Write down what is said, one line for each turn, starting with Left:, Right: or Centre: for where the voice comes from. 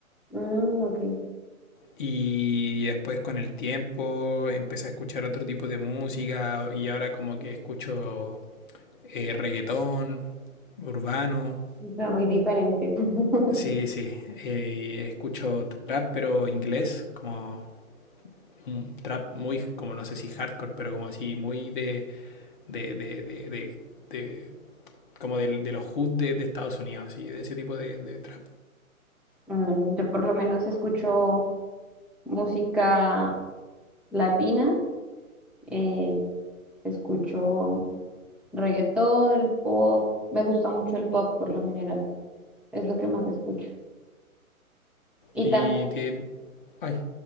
Centre: Mm, ok,
Left: Y después con el tiempo empecé a escuchar otro tipo de música y ahora como que escucho eh, reggaetón, urbano,
Centre: o sea, muy diferentes. <laughs>
Left: sí, sí, eh, escucho trap pero inglés, como un trap muy, como no sé si hardcore, pero como así muy de, de, de, de, de- de- como del- de, los hood de, de Estados Unidos, así, de ese tipo de, de trap.
Centre: Mm, yo por lo menos escucho música latina, eh, escucho reggaetón, pop. Me gusta mucho el pop por lo general, es lo que más escucho. Y
Left: Y
Centre: también,
Left: tiene, ay,